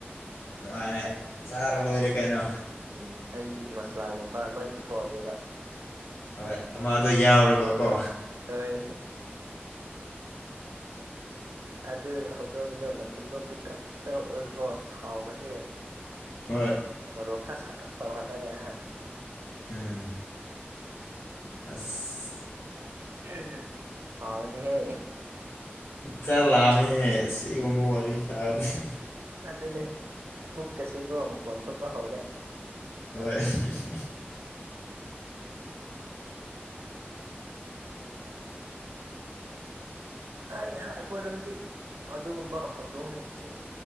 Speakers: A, on the left; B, on the right.
A: ꯅꯨꯡꯉꯥꯏꯅ ꯆꯥꯔ ꯂꯣꯏꯔꯦ ꯀꯩꯅꯣ
B: ꯎꯝ ꯑꯩ ꯃꯁꯂꯥꯒꯨꯝꯕ ꯂꯣꯏ ꯄꯨꯊꯣꯛꯑꯒꯦꯕ
A: ꯍꯣꯏ ꯑꯃꯗꯣ ꯌꯥꯎꯔꯒꯀꯣ
B: ꯍꯣꯏ ꯑꯗꯨꯗ ꯍꯧꯗꯗ ꯃꯗꯣ ꯄꯤꯛ꯭ꯔ ꯀꯣ ꯊꯥꯎꯒꯁꯦ
A: ꯍꯣꯏ
B: ꯃꯣꯛꯈꯥ ꯁꯇꯠ ꯇꯕꯜꯗꯒꯦ ꯍꯥꯏ
A: ꯎꯝ ꯑꯁ
B: <unintelligible> ꯍꯥꯎꯅꯤꯍꯦ
A: ꯆꯥꯛ ꯂꯥꯝꯃꯦꯍꯦ ꯁꯤ ꯒꯨꯝꯕ ꯋꯥꯔꯤ ꯁꯥꯕꯁꯤ
B: ꯑꯗꯨꯅꯤ ꯄꯨꯛꯀꯁꯤꯀꫭ ꯃꯈꫭꯟ ꯊꯣꯛꯄ ꯍꯧꯔꯦ
A: ꯍꯣꯏ <unintelligible>
B: ꯑꯩꯍꯥꯛ ꯑꯩꯈꯣꯏꯔꯣꯝꯗꯤ ꯑꯗꯨꯒꯨꯝꯕ ꯍꯧꯗꯣꯡꯁꯦ